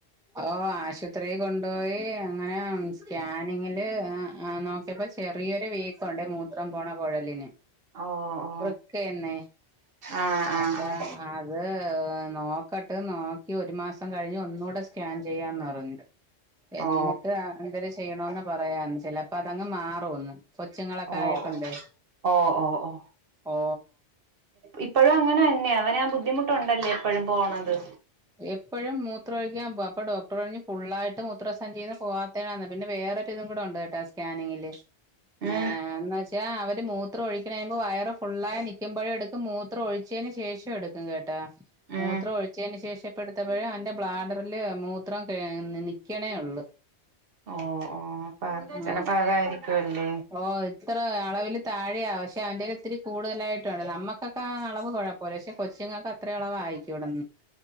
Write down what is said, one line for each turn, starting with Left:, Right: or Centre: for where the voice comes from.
Centre: ഓ ആശുപത്രിയിൽ കൊണ്ടുപോയി അങ്ങനെ സ്കാനിങ്ങില് ആഹ നോക്കിയപ്പോ ചെറിയൊരു വീക്കുണ്ട് മൂത്രം പോണ കുഴലിന്
Right: ഓ ഓ
Centre: വൃക്കന്നെ
Right: ആഹ്
Centre: അപ്പ
Right: ആഹ് ആഹ്
Centre: അത് നോക്കട്ട് നോക്കി ഒരു മാസം കഴിഞ്ഞ് ഒന്നുകൂടെ സ്കാൻ ചെയ്യാന്ന് പറഞ്ഞു എന്നിട്ട
Right: ഓ
Centre: എന്തൊ ചെയ്യണന്ന് പറയാന്ന് ചിലപ്പോ അതങ്ങ് മാറുംന്ന് കൊച്ചുങ്ങളൊക്കെ
Right: ഓ ഓ
Centre: ആയിക്കൊണ്ടേ
Right: ഓ ഓ ഓ
Centre: ഓ
Right: ഇപ്പോഴും അങ്ങനെ തന്നെ അവന ആ ബുദ്ധിമുട്ടുണ്ടല്ലേ എപ്പോഴും പോണത്
Centre: എപ്പോഴും മൂത്ര ഒഴിക്കാൻ പോ അപ്പൊ ഡോക്ടർ പറഞ് ഫുള്ളൾയിട്ട് മൂത്രസഞ്ചിന്ന് പോവാ പിന്നെ വേറൊരു ഇതും കൂടെ ഉണ്ട് കേട്ട സ്കാനിങ്ങില്
Right: ഉം
Centre: ഏ എന്ന് വെച്ചാ അവര് മൂത്രം ഒഴിക്കണുമ്പോ വയറ് ഫുള്ളായി നിക്കുമ്പോഴ എടു മൂത്രം ഒഴിച്ചതിന് ശേഷം എടുക്കും കേട്ടാ
Right: ഉം
Centre: മൂത്രം ഒഴിച്ചതിനന് ശേഷം എപ്പെടുത്തപ്പോഴും അവന്റെ ബ്ലാഡറില് മൂത്രം ഏ നിൽക്കണേള്ളു.
Right: ഓ ഓ അപ്പ
Centre: ആഹ്
Right: ചിലപ്പോ അതായിരിക്കുവല്ലേ
Centre: ഓ ഇത്ര അളവിൽ താഴെയാണ് പക്ഷെ അവന്റെേൽ ഇത്തിരി കൂടുതലായിട്ടുണ്ട് നമ്മുക്കൊക്കെ ആ അളവ് കുഴപ്പം പോലശെ കൊച്ചുങ്ങൾക്ക് അത്രയളവായിരിക്കുടന്ന്